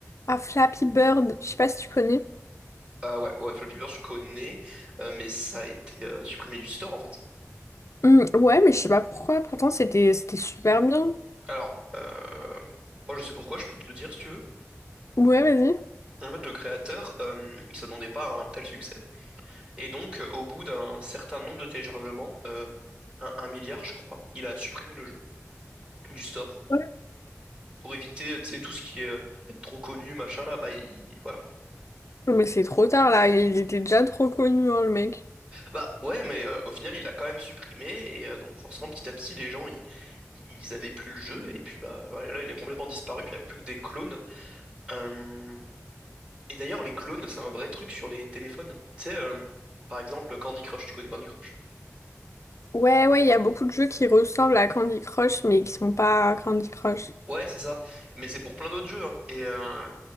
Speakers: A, on the left; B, on the right.
A: à Flappy Bird. Je sais pas si tu connais.
B: Ah ouais, ouais, Flappy Bird, je connais, euh, mais ça a été euh, supprimé du store en fait.
A: Hum, ouais, mais je sais pas pourquoi. Pourtant, c'était c'était super bien.
B: Alors, euh, moi je sais pourquoi, je peux te le dire si tu veux.
A: Ouais, vas-y.
B: En fait, le créateur, euh, il s'attendait pas à un tel succès. Et donc, euh, au bout d'un certain nombre de téléchargements, euh, un, un milliard je crois, il a supprimé le jeu du store
A: Ouais.
B: pour éviter, euh, tu sais, tout ce qui est euh, être trop connu, machin là, bah il- voilà.
A: Mais c'est trop tard, là. Il était déjà trop connu, hein, le mec.
B: Bah ouais, mais euh, au final, il l'a quand même supprimé, et euh, donc forcément, petit à petit, les gens, ils, ils avaient plus le jeu, et puis bah voilà, là, il a complètement disparu, puis il n'y a plus que des clones. Euh, Et d'ailleurs, les clones, c'est un vrai truc sur les téléphones. Tu sais, euh, par exemple, Candy Crush, tu connais Candy Crush?
A: Ouais, ouais, il y a beaucoup de jeux qui ressemblent à Candy Crush, mais qui sont pas Candy Crush.
B: Ouais, c'est ça. Mais c'est pour plein d'autres jeux, hein. Et, euh,